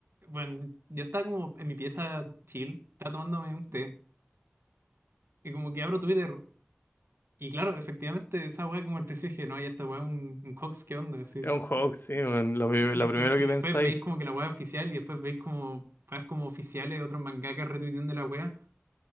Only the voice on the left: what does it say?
Es un juego, sí, man, lo, pri-
lo primero
que
pensáis.